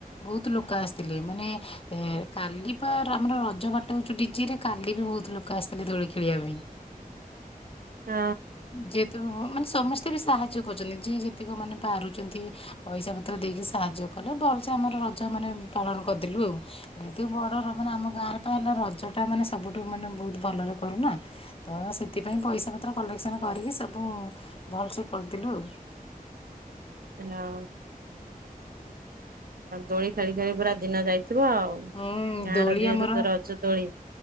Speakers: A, on the left; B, on the right.
A: ବହୁତ ଲୋକ ଆସିଥିଲେ ମାନେ କାଲି ବା ଆମର ରଜ ବାଟ ହଉଛୁ ଡିଜିରେ କାଲି ବି ବହୁତ ଲୋକ ଆସିଥିଲେ ଦୋଳି ଖେଳିବା ପାଇଁ
B: ହଁ
A: ଯେ ତୁ ହ <inaudible> ସମସ୍ତେ ବି ସାହାଯ୍ୟ କରୁଛନ୍ତି। ଯିଏ ଯେତିକି ମାନେ ପାରୁଛନ୍ତି ପଇସା ପତ୍ର ଦେଇକି ସାହାଯ୍ୟ କଲେ ଭଲସେ ଆମର ରଜ ମାନେ ପାଳନ କରିଦେଲୁ ଆଉ ଯେତିକୁ ବଡର ମାନେ ଆମ ଗାଁରେ ପାଇଁ ହେଲା ରଜ ଟା ମାନେ ସବୁଠୁ ମାନେ ବହୁତ ଭଲରେ କରୁନା ତ ସେଥିପାଇଁ ପଇସା ପତ୍ର କଲେକ୍ସନ କରିକି ସବୁ ଭଲସେ କରିଦେଲୁ ଆଉ
B: ହଁ ହଁ ଦୋଳି ଖେଳି ଖେଳି ପୁରା ଦିନ ଯାଇ ଥିବ ଆଉ
A: ହୁଁ
B: ଗାଁର
A: ଦୋଳି
B: ଯେହେତୁ
A: ଆମର
B: ତୋର ଅଛ ତୋଳି